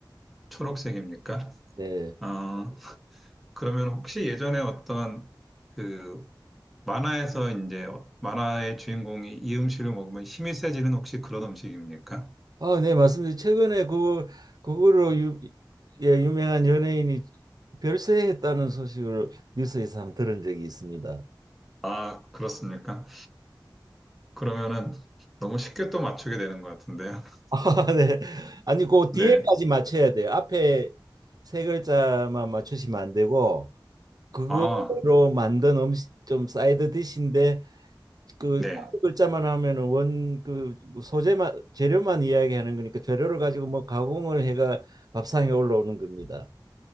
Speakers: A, in the centre; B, on the right.
A: 초록색입니까?
B: 네.
A: 어, 그러면 혹시 예전에 어떤 그 만화에서 이제 만화의 주인공이 이 음식을 먹으면 힘이 세지는 혹시 그런 음식입니까?
B: 아, 네, 맞습니다. 최근에 그 그거로 유, 예, 유명한 연예인이 별세했다는 소식을 뉴스에서 한번 들은 적이 있습니다.
A: 아, 그렇습니까? 그러면은 너무 쉽게 또 맞추게 되는 것 같은데요. <laughs>
B: <laughs> 아, 네. 아니, 그
A: 네.
B: 뒤에까지 맞춰야 돼요. 앞에 세 글자만 맞추시면 안 되고 그거로
A: 아,
B: 만든 음식 좀 사이드 디시인데 그
A: 네.
B: 앞에 글자만 하면은 원 그 소재만 재료만 이야기하는 거니까 재료를 가지고 뭐 가공을 해가 밥상에 올라오는 겁니다.